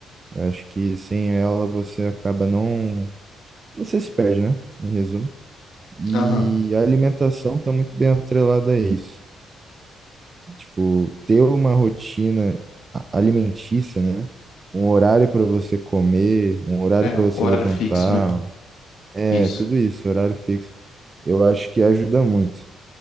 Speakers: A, on the right (about 30°); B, on the left (about 80°).
A: Eu acho que sem ela você acaba não. Você se perde, né? Em resumo. E
B: Aham.
A: a alimentação tá muito bem atrelada a isso. Tipo, ter uma rotina a- alimentícia, né? um horário para você comer, um horário
B: É,
A: para você
B: horário
A: levantar,
B: fixo, né?
A: É,
B: Isso.
A: tudo isso, horário fixo. Eu acho que ajuda muito,